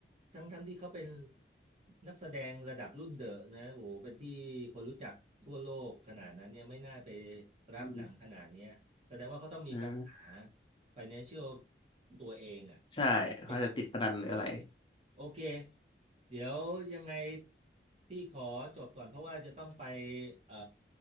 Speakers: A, on the right (about 35°); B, on the left (about 25°).
A: ทั้งทั้งที่เขาเป็นนักแสดงระดับรุ่นเดอะนะโหเป็นที่คนรู้จักทั่วโลกขนาดนั้นเนี่ยไม่น่าไปรับหนังขนาดเนี้ยแสดงว่าเขาต้องมีปัญหา
B: อืมอ่า
A: financial ตัวเองอ่ะ
B: ใช่เขาจะติดพนันหรืออะไร
A: ใช้เงินฟุ่มเฟือยเยอะโอเคเดี๋ยวยังไงพี่ขอจบก่อนเพราะว่าจะต้องไปเอ่อ